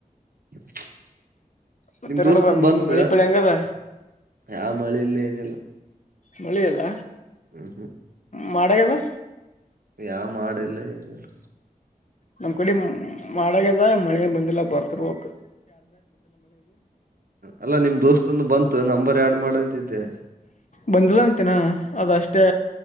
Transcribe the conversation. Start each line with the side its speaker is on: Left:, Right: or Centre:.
Right: <unintelligible>
Left: ಮತ್ತೆನಡದ
Right: ನಿಮ್ ದೋಸ್ತಂದ ಬಂತ
Left: ಮಳಿ ಪಳಿ ಹೆಂಗದ
Right: ಯ ಮಳಿ ಇಲ್ಲಿ ಏನಿಲ್ಲ
Left: ಮಳೆ ಅಲ್ಲ
Right: ಹ್ಮ್ ಹ್ಮ್
Left: ಮೆಯದ <unintelligible>
Right: ಯಾವ ಮಾಡಿಲ್ಲ ಏನಿಲ್ಲ
Left: ನಮ್ ಕಡೆ ಮಾಡಾಗ್ಯದ ಮಳೆ ಬಂದಿಲ್ಲ ಬರ್ತರ್ವಕ್
Right: ಅಲ್ಲಾ ನಿಮ್ ದೋಸ್ತಂದು ಬಂತು ನಂಬರ್ ಆಡ್ ಮಾಡಂತಿದ್ದೆ
Left: ಬಂದಿಲ್ಲ ಅಂತನಾ ಅದ ಅಷ್ಟೇ